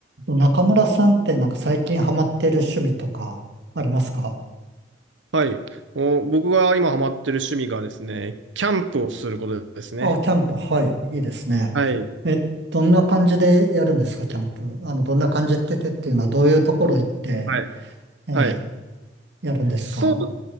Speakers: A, on the right; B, on the right.
A: 中村さんってなんか最近ハマってる趣味とかありますか
B: はい。お、僕が今ハマってる趣味がですね、キャンプをすることですね。
A: あ、キャンプ、はい、いいですね。
B: はい。
A: え、どんな感じでやるんですか、キャンプ。あの、どんな感じっててっていうのはどういうところ行って、
B: はい。
A: えー
B: はい。
A: やるんですか
B: そう、